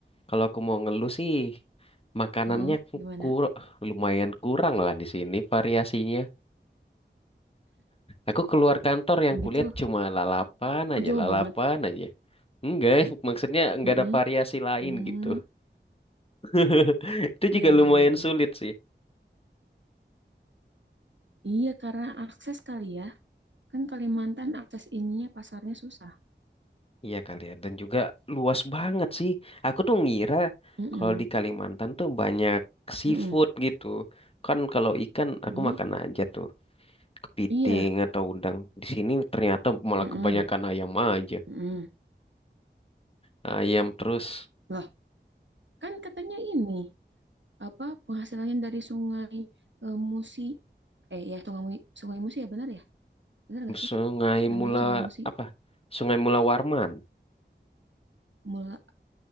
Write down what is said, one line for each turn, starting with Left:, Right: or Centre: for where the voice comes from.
Left: kalau aku mau ngeluh sih, makanannya
Right: Heeh, gimana?
Left: kur lumayan kurang lah di sini variasinya. Aku keluar kantor yang
Right: Oh
Left: kulihat
Right: gitu.
Left: cuma lalapan aja,
Right: Oh jauh
Left: lalapan
Right: banget.
Left: aja. Enggak, <laughs> maksudnya enggak
Right: Mm-mm.
Left: ada variasi lain
Right: Hmm,
Left: gitu. <laughs> Itu
Right: ya
Left: juga
Right: ya
Left: lumayan
Right: ya ya.
Left: sulit sih.
Right: Iya karena akses kali ya. Kan Kalimantan akses ininya pasarnya susah.
Left: Iya kali ya, dan juga luas banget sih. Aku tuh ngira
Right: Mm-mm,
Left: kalau di Kalimantan tuh banyak seafood
Right: mm-mm,
Left: gitu. Kan kalau ikan
Right: mm-mm.
Left: aku makan aja tuh kepiting
Right: Iya,
Left: atau udang. Di sini ternyata malah
Right: mm-mm,
Left: kebanyakan ayam aja.
Right: mm-mm.
Left: Ayam terus
Right: Loh, kan katanya ini apa penghasilannya dari sungai eh, Musi. Eh ya, sungai Mu- Sungai Musi ya benar ya? Benar gak sih?
Left: sungai
Right: Namanya
Left: mula
Right: Sungai Musi.
Left: apa? Sungai Mula Warman,
Right: Mula,